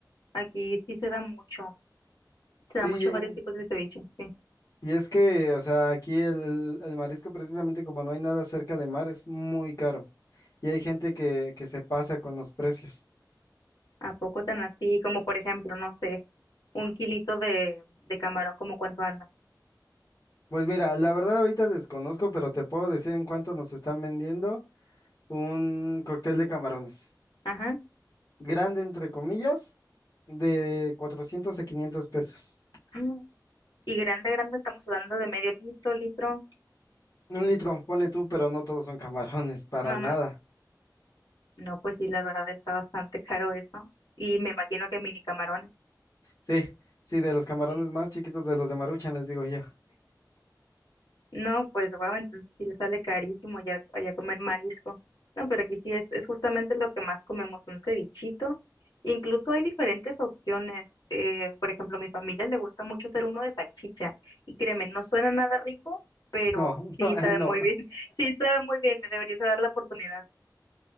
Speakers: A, on the left; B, on the left.
A: aquí sí se da mucho, se
B: Sí,
A: da mucho
B: eh,
A: varios tipos de ceviche, sí.
B: y es que, o sea, aquí el, el marisco precisamente como no hay nada cerca de mar, es muy caro. Y hay gente que, que se pasa con los precios.
A: ¿A poco tan así? Como por ejemplo, no sé, un kilito de, de camarón, ¿como cuánto anda?
B: Pues mira, la verdad ahorita desconozco, pero te puedo decir en cuánto nos están vendiendo un cóctel de camarones.
A: Ajá.
B: Grande, entre comillas, de 400 a 500 pesos.
A: Mm. Y grande, grande, estamos hablando de medio litro, litro.
B: Un litro, ponle tú, pero no todos son camarones, para
A: No,
B: nada.
A: no, no. No, pues sí, la verdad está bastante caro eso. Y me imagino que mini camarones.
B: Sí, sí, de los camarones
A: Sí.
B: más chiquitos de los de Maruchan, les digo yo.
A: No, pues wow, entonces sí le sale carísimo ya, allá comer marisco. No, pero aquí sí es, es justamente lo que más comemos, un cevichito. Incluso hay diferentes opciones. eh, por ejemplo, a mi familia le gusta mucho hacer uno de salchicha. Y créeme, no suena nada rico, pero
B: No,
A: sí
B: <laughs> no, eh,
A: sabe
B: no.
A: muy bien. <laughs> Sí sabe muy bien, le deberías dar la oportunidad.